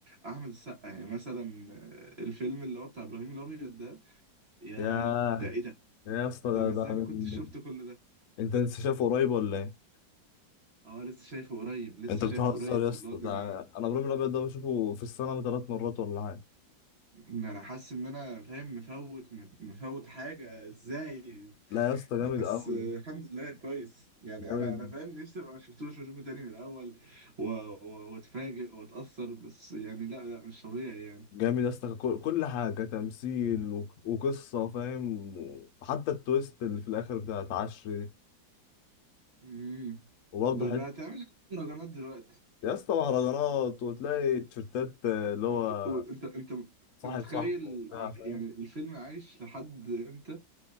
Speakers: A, on the right; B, on the left.
A: احمد السقا يعني مثلا آه، الفيلم اللي هو بتاع ابراهيم الابيض ده ياه
B: ياه
A: ده ايه ده
B: يا اسطى
A: ده
B: ده
A: انا
B: ده
A: ازاي ما
B: من...
A: كنتش شفت كل ده
B: انت لسه شايفه قريب ولا ايه؟
A: اه لسه شايفه قريب لسه
B: انت
A: شايفه
B: بتهزر
A: قريب
B: يا اسطى
A: اللي هو ده
B: ده
A: انا
B: انا أنا ابراهيم الابيض ده بشوفه في السنه ثلاث مرات ولا حاجه
A: ده انا حاسس ان انا فاهم مفوت مفوت حاجه ازاي
B: لا يا اسطى جامد
A: بس
B: قوي
A: آه، الحمد لله كويس يعني
B: جامد
A: انا انا فاهم نفسي ابقى ما شفتوش واشوفه تاني من الاول و- و- واتفاجئ واتاثر بس يعني لا لا مش طبيعي يعني
B: جامد يا اسطى كل كل حاجه تمثيل و... وقصه فاهم حتى التويست اللي في الاخر بتاعت عشري دي
A: امم
B: وبرضه
A: ده
B: حته
A: بقى تعمل مهرجانات دلوقتي
B: يا اسطى مهرجانات وتلاقي تيشيرتات آه، اللي هو
A: انت انت انت انت
B: صاحب
A: متخيل
B: صاحبه وبتاع
A: ع-
B: فاهم
A: يعني الفيلم عايش لحد امتى